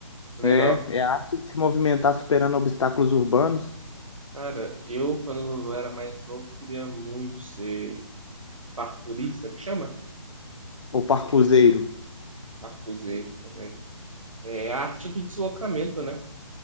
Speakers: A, on the right; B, on the left.
A: legal.
B: É, é a arte de se movimentar superando obstáculos urbanos,
A: Cara, eu, quando eu era mais novo, queria muito ser parkourista, que chama?
B: o parkourzeiro.
A: Parkourzeiro também. É a arte do deslocamento, né?